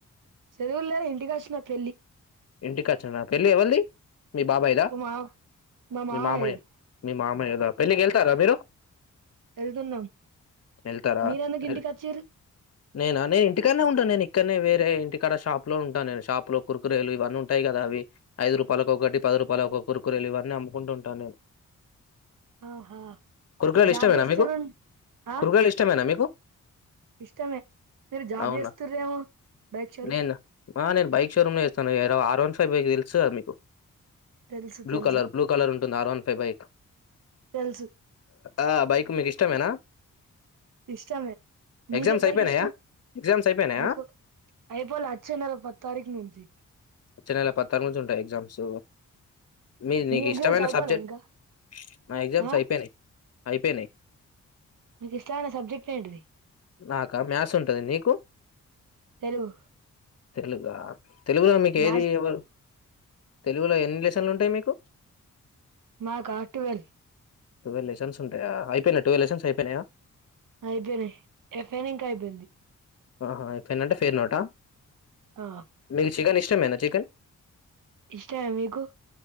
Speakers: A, on the right; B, on the left.
A: సెలవులు లే ఇంటికి వచ్చిన పెళ్లి
B: ఇంటికి వచ్చా నాకు వెళ్ళి ఎవల్ది మీ బాబాయదా
A: మా మామ మా
B: మీ
A: మామయ్యది
B: మామయ్య మీ మామయ్య కదా పెళ్ళికి వెళ్తారా మీరు
A: వెళ్తుందాం
B: ఎళ్తారా?
A: మీరందు ఇంటికి
B: అదే.
A: వచ్చీరు
B: నేనా నే ఇంటికనే ఉంటాను నేను ఇక్కడనే వేరే ఇంటికాడ షాప్ లో ఉంటాను నేను షా లో కుకురేలు ఇవన్న ఉంటాయి కదా అవి ఐదు రూపాయల ఒకటి పది రూపాయల ఒక కురుకురలు ఇవన్నీ అముకుంటుంటాను నేను
A: ఆహా
B: కురకు్రాయలు
A: జాబ్
B: ఇష్టమేనా
A: చేస్తుర్రు
B: మీకు
A: ఆ
B: కుర్కురెలు ఇష్టమేనా మీకు
A: ఇష్టమే మీరు జాబ్
B: అవునా?
A: చేస్తుారేమో బైక్ షోరూం
B: నేను నేను బైక్ షోరూమ్ లో చేస్తాను ఆర్ వన్ ఫైవ్ బైకి తెలుసు కా మీకు
A: తెలుసు
B: బ్లూ
A: తెలుసు
B: కలర్ బ్లూ కలర్ ఉంటుంది ఆర్వాన్ ఫైబైక్
A: తెలుసు
B: ఆ బైక్ మీకు ఇష్టమేనా
A: ఇష్టమే మీకు
B: ఎగ్జామ్స్
A: ఏ బైక్
B: అయిపోయినాయా?
A: ఇష్టం
B: ఎగ్జామ్స్ అయిపోయినాయా?
A: అయిపో అయిపోలే అచ్చెనెల పది తారీకు నుంచి
B: వచ్చే నెల పది నుంచి ఉంటాయి ఎగ్జామ్స్ మీ నీకు
A: ఎగ్జామ్స్
B: ఇష్టమైన
A: అయిపోలే
B: సబ్జెక్ట్
A: ఇంకా
B: నా ఎగ్జామ్స్
A: ఆ
B: అయిపేయినాయి అయిపేయిన
A: మీకు ఇష్టమైన సబ్జెక్ట్ ఏంటిది
B: నాకా మ్యాథ్స్ ఉంటది నీకు
A: తెలుగు
B: తెలుగా తెలుగులో మీకు
A: మ్యాథ్స్
B: ఏది ఎవరు తెలుగులో ఎన్ని లెసన్లుంటాయి మీకు
A: మాకా టువేల్
B: టువేల్ లెసన్స్ ఉంటాయా అయిపేయినాయా టువేల్ అయిపేయినాయా
A: అయిపేయినాయి ఎఫ్ఐన్ ఇంకా అయిపేయింది
B: అహా అయిపోయింది అంటే ఫేర్ నోటా
A: ఆ
B: మీకు చికెన్ ఇష్టమేనా చికెన్
A: ఇష్టామే మీకు